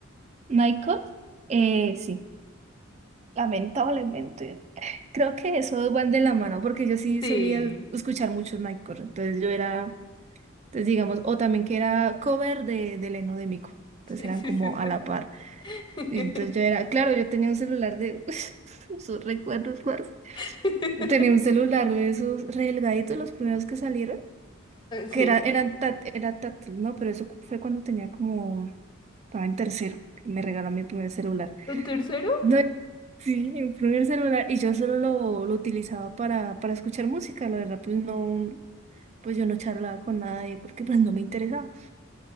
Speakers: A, on the right (about 30°); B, on the left (about 20°).
A: Michael, eh, sí. Lamentablemente. Creo que eso van de la mano, porque yo sí
B: Sí,
A: solía escuchar muchos Nightcore. Entonces yo era, entonces digamos, o también que era cover de, de Leno de Mico.
B: <laughs>
A: Entonces
B: sí,
A: eran
B: sí,
A: como
B: sí.
A: a la par.
B: sí. <laughs>
A: Y Entonces yo era, claro, yo tenía un celular de <laughs> sus recuerdos, parce.
B: <laughs>
A: Tenía un celular de esos re delgaditos, los primeros que salieron, que
B: Sí.
A: era, eran tát- era táctil, ¿no? Pero eso fue cuando tenía como, estaba en tercero, que me regaló mi primer celular.
B: Un tercero?
A: No, sí, mi primer celular y yo solo lo, lo utilizaba para, para escuchar música, la verdad, pues no, pues yo no charlaba con nadie porque pues no me interesaba.